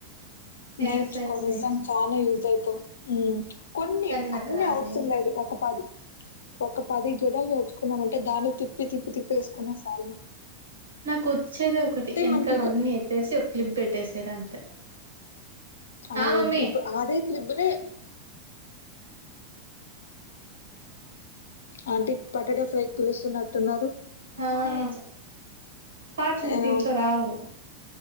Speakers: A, on the right (about 80°); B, on the left (about 75°).
A: హెయిర్
B: నేర్చుకో
A: స్టైల్స్
B: విజన్ట్.
A: నేర్చుకోవాలి
B: బానే యూజ్ అయితది ఉమ్ కొన్ని
A: కానీ నాకు
B: అన్ని
A: రాదే
B: అవసరం లేదు ఒక పది. ఒక పది జడలు నేర్చుకున్నామంటే దాన్ని తిప్పి తిప్పి తిప్పి ఏసుకున్న సాల్నా.
A: నాకొచ్చేదె ఒకటి ఎనకాల
B: మనకిట్లా
A: అన్ని ఎత్తేసి ఒక్ క్లిప్ పెట్టేసేది అంతే ఆ
B: ఓకే
A: మమ్మీ
B: ఇప్పు అదే క్లిబ్బులే ఆంటీ పటాటా ఫ్రై పిలుస్తున్నట్టున్నారు
A: ఆ పాట్లు
B: ఆహ్,
A: దీంట్లో రావు